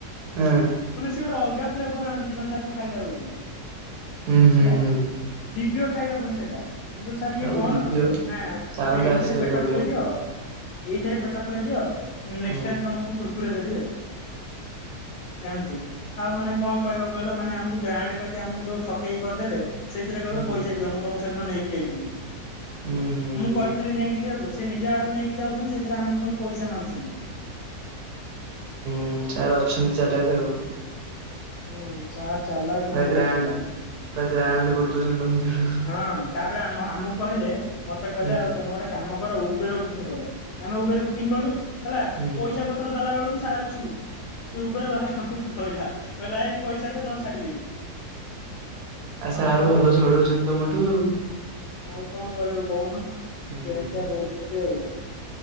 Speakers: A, on the right; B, on the left.
A: ହଁ।
B: ମାନେ ସିଏ ଗୋଟେ ଅଲଗା ଫ୍ଲେଭର ଆଣୁଛି ମାନେ ତାକୁ ଖାଇଲା ବେଳକୁ।
A: ହୁଁ-ହୁଁ-ହୁଁ।
B: ହେଲା ଦିବ୍ୟ ଖାଇବା ପୁଣି ସେଇଟା। ମୁଁ କହିଲି ସାର୍ ଇଏ
A: ଆଉ
B: କଣ?
A: ଦିବ୍ୟ
B: ନା
A: ସାରଙ୍କ
B: ନା ଏଇଥିରେ
A: ଆଶୀର୍ବାଦ
B: ପେଟ
A: ମିଳିବ।
B: ପୂରଇ ଦିଅ। ଏଇଥିରେ ପେଟ ପୂରାଇ ଦିଅ। ନେକ୍ସଟ
A: ହୁଁ
B: ଟାଇମ ତମକୁ କୁର୍ କୁରେ ଦେବି ଆଉ। ଏମତି। ଆଉ ମାନେ କଣ କହିବ କହିଲ ମାନେ ଆମକୁ ଗ୍ରାଣ୍ଡ କହିକି ଆମକୁ ଯୋଉ ଠକେଇ କରିଦେଲେ ସେଇଥିରେ କହିବେ
A: ହୁଁ
B: ପଇସା
A: ହୁଁ
B: ଦିଅ, ମୁଁ ତମକୁ ସେଦିନ ନେଇକି ଯାଇଥିଲି।
A: ହୁଁ ହୁଁ
B: ମୁଁ
A: ହୁଁ
B: କହିଥିଲି ନେଇକି ଯିବାକୁ, ସେ ନିଜେ ଆଡୁ ନେଇକି ଯାଉଛନ୍ତି ସେଥିରେ ଆମକୁ ପୁଣି ପଇସା ମାଗୁସନ୍ତି।
A: ହୁଁ ସାର୍ ଅଛନ୍ତି ଚାଲକ୍ ଆଉ।
B: ହୁଁ ସାର୍ ଚାଲାକ୍
A: ପୁରା
B: ମାନେ ବହୁତ
A: ଗ୍ରାଣ୍ଡ
B: ଚାଲାକ୍।
A: ପୁରା ଗ୍ରାଣ୍ଡ କରୁଦଉଛନ୍ତି ତମ ଦୁଇ ଜଣ କୁ।
B: ହଁ। ତାପରେ ଆମ ଆମକୁ କହିଲେ ମତେ କହିଲେ
A: ହୁଁ
B: ଆଉ ତମେ ଗୋଟେ କାମ କର ଉବେର ବୁକିଂ କର। ଆମେ ଉବେର ବୁକିଂ କଲୁ ହେଲା
A: ହୁଁ
B: ପଇସା ପ ପତ୍ର ଦେଲା ବେଳକୁ ସାର୍ ଛୁ ସେ ଉପରେ ବାଲା ଆମକୁ ଧଇଲା କହିଲା ଏଇ ପଇସା ଦେ ନହେଲେ ଛାଡିବିନି।
A: ଆଉ
B: କଣ
A: ସାର୍
B: କରିବୁ
A: ଭଲ
B: କହ
A: ଝଡଉଛନ୍ତି ତମଠୁ ଆଉ।
B: ଆଉ କଣ କରିବୁ କହୁନ ଏମିତିଆ
A: ହୁଁ।
B: ପରିସ୍ଥିତି ଆଉ।